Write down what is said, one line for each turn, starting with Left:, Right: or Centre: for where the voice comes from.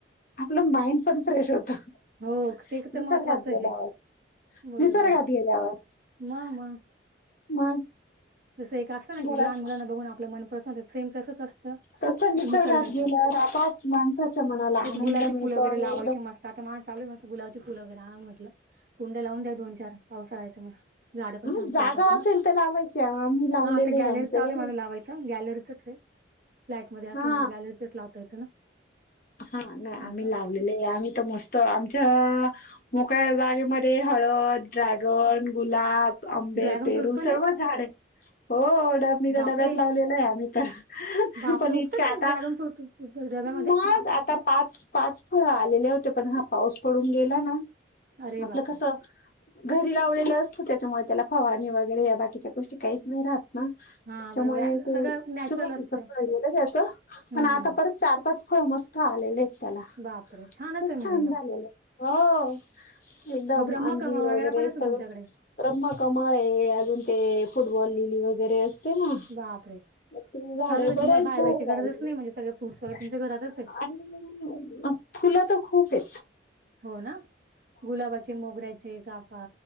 Left: आपलं माइंड पण फ्रेश होत निसर्गात
Right: हो ते तर महत्त्वाचं आहे.
Left: गेल्यावर
Right: बरोबर
Left: निसर्गात <unintelligible>
Right: मग मग
Left: मग
Right: जसं एक असंत ना की
Left: घरात
Right: लहान मुलांना बघून आपलं मनपसन सेम तसच अस त
Left: तसं निसर्गात
Right: निसर्गाचा
Left: गेल्यावर आपोआप माणसाच्या मनाला
Right: ज
Left: आनंद
Right: इथं गुलाबची
Left: मिळतो
Right: फुल वगैरे
Left: आणि
Right: लावायची
Left: एकदम
Right: मस्त आता मा चालू मस्त गुलाबची फुल वगैेरे आण म्हटलं कुंड्या लावून द्या दोन चार पावसाळ्याचा म झाडं पण
Left: मग
Right: छान
Left: जागा
Right: फुलतात
Left: असेल
Right: ना
Left: तर लावायची आम्ही लावलेले
Right: हा आता
Left: आहे
Right: गॅलरीत
Left: आमच्याकडे
Right: चालू आहे मला लावायचं गॅलरीतच हे फ्लॅट मध्ये असल्यामुळे
Left: हा
Right: गॅलरीतच लावता येत ना.
Left: हा नाही आम्ही
Right: असं
Left: लावलेले आम्ही तर मस्त आमच्या मोकळ्या जागेमध्ये ते हळद, ड्रॅगन, गुलाब, आंबे,
Right: ड्रॅगन
Left: पेरू
Right: फ्रूट पण
Left: सर्व
Right: आहे
Left: झाडे हो डब मी त्या
Right: बापरे
Left: डब्यात लावलेलं आहे आम्ही तर
Right: बापरे
Left: पण इतका
Right: उगतं का
Left: आता
Right: म्हणजे ड्रॅगन फ्रूट डब्यामध्ये
Left: मग आता पाच पाच फळ आलेले होते पण हा पाऊस पडून गेला ना
Right: अरे
Left: आपलं
Right: बापरे
Left: कस घरी लावलेलं त्याच्यामुळे त्याला फवारनी वगैरे या बाकीच्या गोष्ट काहीच नाही राहत म तेच्यामुळे
Right: हा बरोबर
Left: ते
Right: सगळं नॅचरल
Left: सुरवातीचच
Right: असतं
Left: पाहिजे ना त्याच पण
Right: हम्म
Left: आता
Right: हम्म
Left: परत चार पाच <unintelligible> मस्त आलेले आहेत त्याला
Right: बापरे छानच
Left: खूप
Right: आहे म्हणजे
Left: छान
Right: मग
Left: झालेले हो एकदम
Right: मग ब्रह्मकम
Left: अंजीर वगैरे
Right: पण असेल
Left: सगळेच
Right: तुमच्याकडे
Left: र्रम कमळ हे आजून ते फुल वलेली वगैेरे असते ना
Right: बापरे
Left: तेजी झाडे
Right: छानच आहे
Left: बरेच
Right: तुम्हाला बाहेर
Left: झाडे
Right: जायची
Left: लावलेली
Right: गरजच नाही
Left: आहेत.
Right: म्हणजे सगळे फ्रुट्स वगैरे तुमच्या घरातच आहे
Left: आणि फुलं तर खूप हेत
Right: हो ना गुलाबाचे, मोगऱ्याचे, साफा,